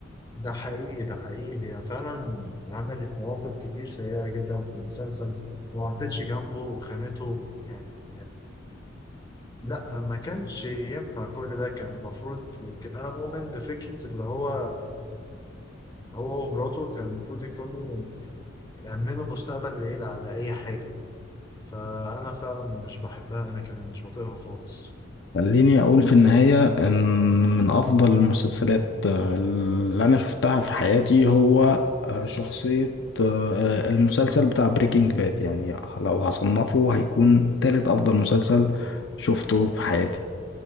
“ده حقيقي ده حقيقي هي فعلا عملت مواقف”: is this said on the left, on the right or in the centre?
Left